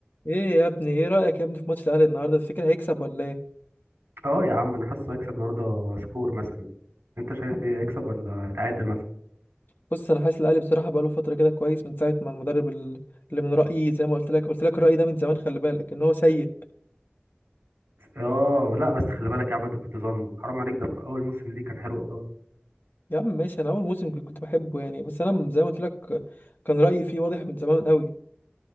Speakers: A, on the left; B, on the right.
A: ايه يا ابني ايه رأيك يا ابني في ماتش الاهلي النهارده تفتكر هيكسب ولا ايه
B: اه يا عم انا حاسه هيكسب النهارده سكور مثلا انت شايف ايه هيكسب ولا هيتعادل مثلا
A: بص انا حاسس الاهلي بصراحة بقاله فترة كده كويس من ساعة ما المدرب ال- اللي من رأيي زي ما قلت لك قلت لك الرأي ده من زمان خلي بالك ان هو سيء
B: اه لا بس خلي بالك يا عم انت كنت ظالمه حرام عليك ده في اول موسم ليه كان حلو قوي
A: يا عم ماشي انا اول موسم كنت بحبه يعني بس انا م- زي ما قلت لك كان رأيي فيه واضح من زمان قوي